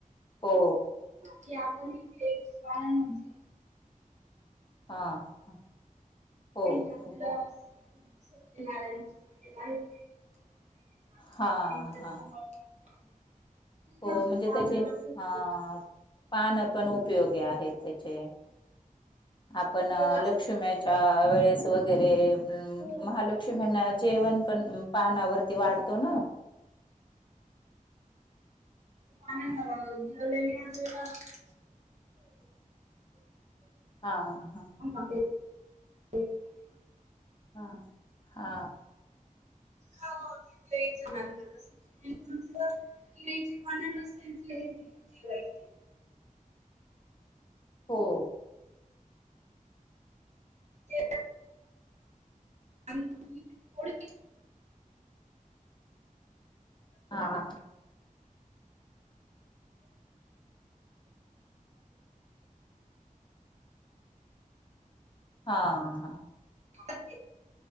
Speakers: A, on the left (about 35°); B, on the right (about 55°).
A: हो
B: की आपण ही केळीच्या पानावर जेवण
A: हा हा हो
B: आपण
A: हो
B: सत्यनारायणाच्या वेळेला केळीची खांब
A: हा
B: केळीचं
A: हा
B: कमळ लागतात
A: हो
B: ते सुद्धा
A: म्हणजे त्याचे
B: आपल्याला खूप
A: ह पानं पण उप योगी आहेत त्याचे आपण
B: उपयोगाच
A: लक्ष्म्याच्या
B: असतं
A: वेळेस वगैरे
B: हो
A: महालक्ष्यूम्या ना जेवण पण पानावरती वाढतो ना.
B: पानांवर जेवल्याने आपल्याला
A: हा हा
B: के <unintelligible>
A: हा हा
B: हा घेतलं चनल मला त कळीचे पस त्यांचे जेवायचे
A: हो
B: ते आणि थ
A: हा हा हा
B: आ ते